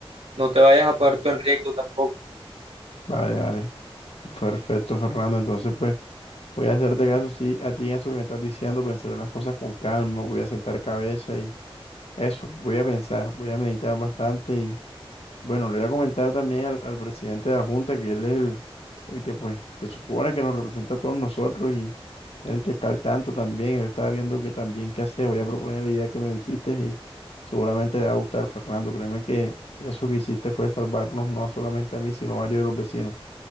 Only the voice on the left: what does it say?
vale, vale. Perfecto, Fernando. Entonces, pues, voy a hacerte caso sí, a ti en eso que me estás diciendo, pensaré las cosas con calma, voy a sentar cabeza y eso, voy a pensar, voy a meditar bastante Bueno, le voy a comentar también al, al presidente de la Junta que él es el, el que pues se supone que nos representa a todos nosotros y es el que está al tanto también, él está viendo que también qué hacer, voy a proponer la idea que me dijiste y seguramente le va a gustar, Fernando, créeme que eso que hiciste fue salvarnos no solamente a mí, sino a varios de los vecinos.